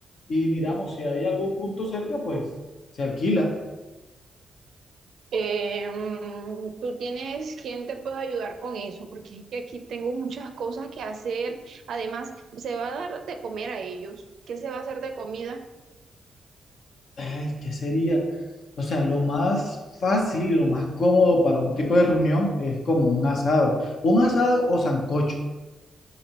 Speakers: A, on the left; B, on the right.
A: Y miramos, si hay algún punto cerca, pues se alquila.
B: Eh, mm, ¿tú tienes quién te puede ayudar con eso? Porque es que aquí tengo muchas cosas que hacer. Además, se va a dar de comer a ellos. ¿Qué se va a hacer de comida?
A: Ay, ¿qué sería? O sea, lo más fácil y lo más cómodo para un tipo de reunión es como un asado. Un asado o sancocho.